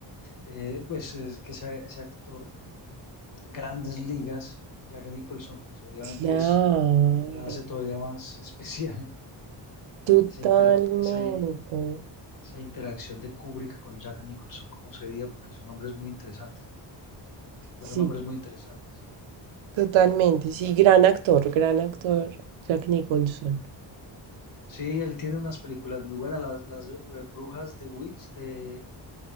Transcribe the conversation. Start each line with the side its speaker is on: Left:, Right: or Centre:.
Left: Eh, pues es que ese, ese actor, grandes ligas, Jack Nicholson, pues obviamente
Right: Claro.
Left: es, la hace todavía más <laughs> especial.
Right: Totalmente.
Left: esa, intera- esa, e, esa interacción de Kubrick con Jack Nicholson, ¿cómo sería? Porque son hombres muy interesantes, ¿no? Fueron
Right: Sí,
Left: hombres muy interesantes.
Right: totalmente. Sí, gran actor, gran actor, Jack Nicholson.
Left: Sí, él tiene unas películas muy buenas, las, las, eh, brujas de Witch, de,